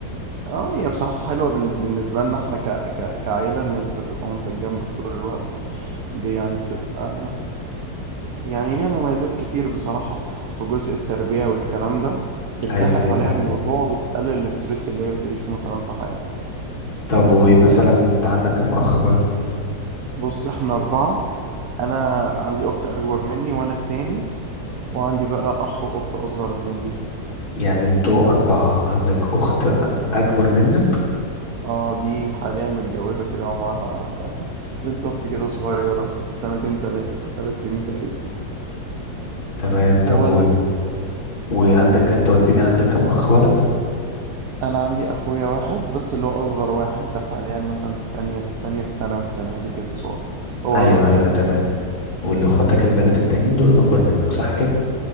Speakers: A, on the right; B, on the left.
A: اه هي بصراحة حلوة بالن- بالنسبة لنا احنا ك... ك... كعيلة ان انت تبقى مامتك جنبك طول الوقت ب- يعني بتبقى يعني ليها مميزات كتير بصراحة في في جزء التربية والكلام ده بتسهل
B: ايوه ايوه
A: عليها
B: فاهم
A: الموضوع وبتقلل الاسترس اللي هي بتعيشه مثلا في حياتها
B: طب ومثلا انت عندك كم اخ بقى
A: بص احنا أربعة أنا عندي أخت أكبر مني وأنا التاني وعندي بقى أخ وأخت أصغر مني
B: يعني انتوا اربعة عندك اخت اكبر منك
A: اه دي حاليا متجوزة كده ومعاها <laughs> بنت أختي كده صغيرة سنتين تلاتة تلات سنين تقريبا كده
B: تمام
A: وأنا
B: طب وعندك انت قلت لي عندك كام اخ ولد
A: أنا عندي أخويا واحد بس اللي هو أصغر واحد ده حاليا مثلا في تانية تانية ثانوي السنة دي كده صغير هو
B: ايوه
A: أصغر
B: ايوه
A: حد
B: تمام واللي اخواتك البنات التانيين دول اكبر منك صح كده